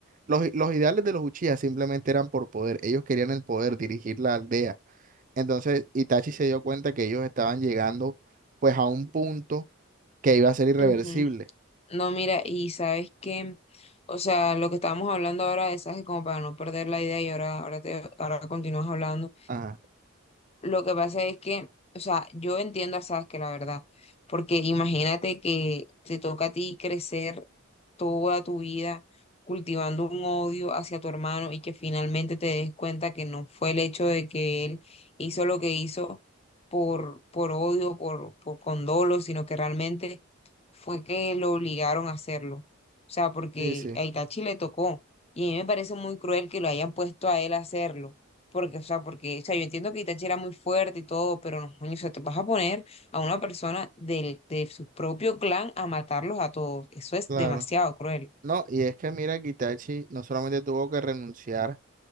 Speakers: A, on the right; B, on the left.
A: los, los ideales de los Uchiha simplemente eran por poder, ellos querían el poder, dirigir la aldea. Entonces Itachi se dio cuenta que ellos estaban llegando pues a un punto que iba a ser irreversible.
B: Ujú. No, mira, y sabes que, o sea, lo que estábamos hablando ahora de Sasuke, como para no perder la idea y ahora, ahora te, ahora continúas hablando.
A: Ajá,
B: Lo que pasa es que, o sea, yo entiendo a Sasuke, la verdad, porque imagínate que te toca a ti crecer toda tu vida cultivando un odio hacia tu hermano y que finalmente te des cuenta que no fue el hecho de que él hizo lo que hizo por, por odio, por, por condolo, sino que realmente fue que lo obligaron a hacerlo. O sea, porque
A: sí, sí,
B: a Itachi le tocó y a mí me parece muy cruel que lo hayan puesto a él a hacerlo porque, o sea, porque, o sea, yo entiendo que Itachi era muy fuerte y todo, pero no, coño, o sea, te vas a poner a una persona del, de su propio clan a matarlos a todos. Eso es
A: claro.
B: demasiado cruel.
A: No, y es que mira que Itachi no solamente tuvo que renunciar,